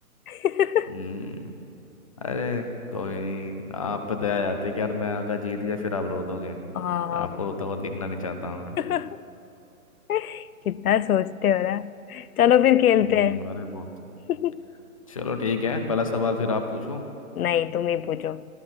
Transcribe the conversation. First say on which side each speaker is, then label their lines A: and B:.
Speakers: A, on the left; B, on the left.
A: <laughs>
B: हम्म अरे कोई नहीं आप पे दया जाती है कि यार मैं अगर जीत गया फिर आप रो दोगे और
A: हाँ
B: आपको रोता हुआ देखना नहीं चाहता मैं
A: <laughs> <laughs> कितना सोचते हो ना चलो फिर खेलते
B: हम्म
A: हैं
B: अरे बहुत
A: <laughs>
B: चलो ठीक है पहला सवाल फिर आप पूछो
A: नहीं तुम ही पूछो